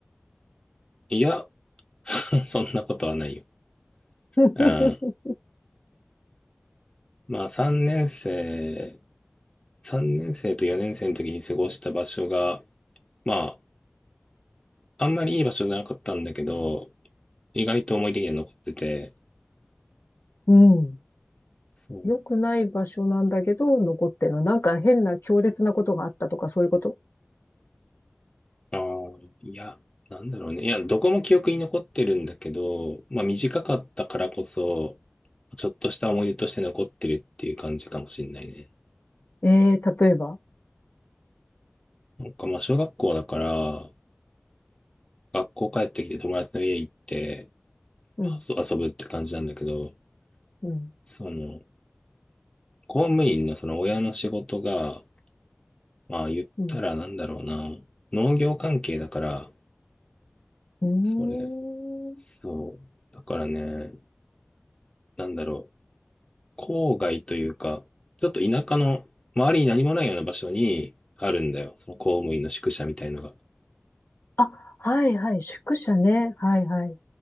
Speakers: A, on the left (about 20°); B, on the left (about 60°).
A: いや、<laughs> そんなことはないよ。
B: <laughs>
A: うん。まあ、3年生、3年生と4年生の時に過ごした場所が、まあ、あんまりいい場所じゃなかったんだけど、意外と思い出には残ってて、
B: うん。
A: そう
B: 良くない場所なんだけど、残ってるの。なんか変な強烈なことがあったとか、そういうこと
A: ああ、いや、なんだろうね。いや、どこも記憶に残ってるんだけど、まあ短かったからこそ、ちょっとした思い出として残ってるっていう感じかもしんないね。
B: ええー例えば
A: なんかまあ小学校だから、学校帰ってきて友達の家行って、
B: うん、
A: 遊遊ぶって感じなんだけど、
B: うん、
A: その、公務員のその親の仕事が、まあ言ったらなんだろうな、
B: うん。
A: 農業関係だから、
B: うーん。
A: それ、そう。だからね、なんだろう。郊外というか、ちょっと田舎の周りに何もないような場所にあるんだよ。その公務員の宿舎みたいのが。
B: あ、はいはい、宿舎ね。はいはい。